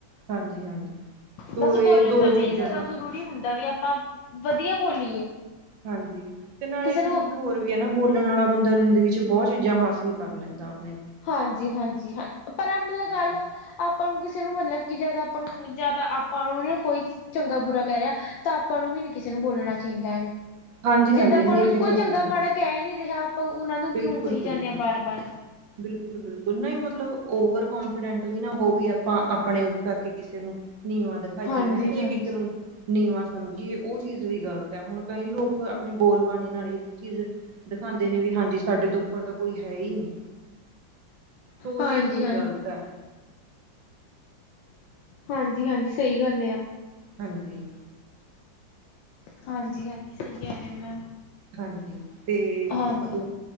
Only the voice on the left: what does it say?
ਬਸ,
ਬੋਲਣ
ਦਾ
ਵੇਯ ਜਾਦਾ
ਜਰੂਰੀ ਹੁੰਦਾ ਵੀ ਆਪਾਂ ਵਧੀਆ ਬੋਲੀਏ।
ਕਿਸੇ
ਨੂੰ
ਹਾਂਜੀ-ਹਾਂਜੀ, ਹਾਂ ਪਰ ਅਪ ਲਗਾ ਲਓ
ਆਪਾਂ ਨੂੰ ਕਿਸੇ ਨੂੰ ਮਤਲਬ ਕਿ ਜਾਦਾ ਆਪਾਂ ਨੂੰ ਜਾਦਾ ਆਪਾਂ ਨੂੰ ਓਨਾਂ ਕੋਈ ਚੰਗਾ-ਬੁਰਾ ਕੈ ਰੇਯਾ ਤਾਂ ਆਪਾਂ ਨੂੰ ਵੀ ਨਈਂ ਕਿਸੇ ਨੂੰ ਬੋਲਣਾ ਚਾਈਦਾ ਐਵੇਂ।
ਜਦ ਆਪਾਂ
ਨੂੰ ਚ
ਕੋਈ
ਚੰਗਾ ਮਾੜਾ
ਕੈ ਹੀ ਨਈਂ ਰੇਯਾ, ਆਪਾਂ ਓਨਾਂ ਨੂੰ ਕਿਉਂ
ਕਹੀ ਜਾਂਦੇ ਹਾਂ ਬਾਰ-ਬਾਰ।
ਹਾਂਜੀ-ਹਾਂਜੀ।
ਹਾਂਜੀ-ਹਾਂਜੀ।
ਹਾਂਜੀ-ਹਾਂਜੀ, ਸਈ ਗੱਲ ਯਾ।
ਹਾਂਜੀ-ਹਾਂਜੀ, ਸਈ ਕੈ ਰੇਓ ਮੈਮ।
ਹਾਂਜੀ